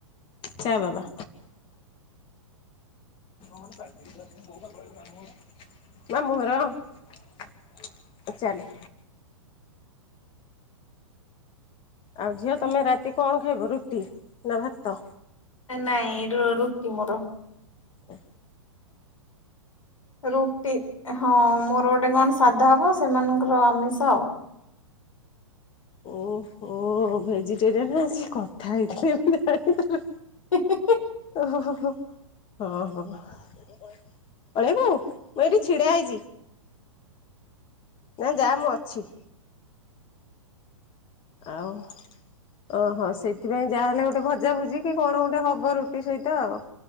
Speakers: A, on the left (about 30°); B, on the left (about 75°).
A: ଚା ବାବା। <inaudible> ମା ମୁ ଘର ଚାଲେ। ଆଉ ଝିଅ ତମେ ରାତି କଣ ଖାଇବ ରୁଟି ନା ଭାତ?
B: ନାଇଁ ରୁ ରୁଟି ମୋର।
A: ଓ
B: ରୁଟି ହଁ ମୋର ଗୋଟେ କଣ ସାଧା ହବ ସେମାନଙ୍କର ଆମିଷ ଆଉ।
A: ଓହୋ ଭେଜିଟେରିଆନ ଆଯି କଥା ହେଇଥିଲେ
B: <inaudible>
A: ଓ ହୋ ହୋ ହୋ ହୋ ହଁ ହଁ। ପଳେଇବୁ ମୁଁ ଏଇଠି ଛିଡା ହେଇଚି। ନାଇଁ ଯାହା ମୁଁ ଅଛି। ଆଉ। ଓହୋ ସେଇଥିପାଇଁ ଯାହାହେଲେ ଗୋଟେ ଭଜାଭୁଜି କି କଣ ଗୋଟେ ହବ ରୁଟି ସହିତ ଆଉ।